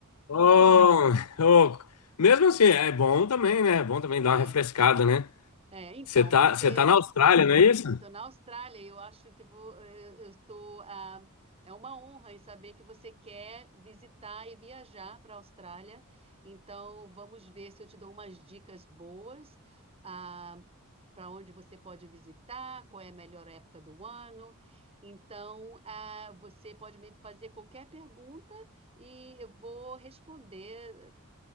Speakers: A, on the left; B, on the right.
A: Oh, oh, mesmo assim, é bom também, né? É bom também
B: É,
A: dar uma refrescada, né?
B: é, então,
A: Você tá,
B: você,
A: você tá na Austrália, não é isso?
B: eu estou na Austrália e eu acho que vou, eh, eu estou, ah, é uma honra em saber que você quer visitar e viajar para a Austrália. Então, vamos ver se eu te dou umas dicas boas. ah, para onde você pode visitar, qual é a melhor época do ano. Então, ah, você pode me fazer qualquer pergunta e eu vou responder